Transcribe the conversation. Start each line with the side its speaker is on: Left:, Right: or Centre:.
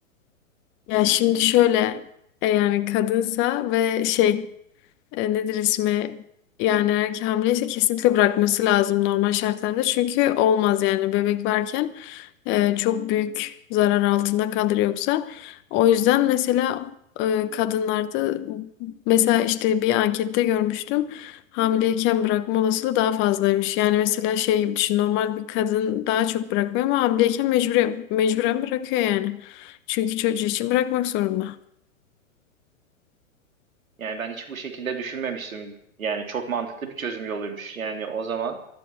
Left: Ya şimdi şöyle e, yani kadınsa ve şey e, nedir ismi yani erkek hamileyse kesinlikle bırakması lazım normal şartlarda. Çünkü olmaz yani bebek varken e, çok büyük zarar altında kalır yoksa. O yüzden mesela e, kadınlarda mesela işte bir ankette görmüştüm. Hamileyken bırakma olasılığı daha fazlaymış. Yani mesela şey gibi düşün normal bir kadın daha çok bırakmıyor ama hamileyken mecburen, mecburen bırakıyor yani. Çünkü çocuğu için bırakmak zorunda.
Right: Yani ben hiç bu şekilde düşünmemiştim. Yani çok mantıklı bir çözüm yoluymuş. Yani o zaman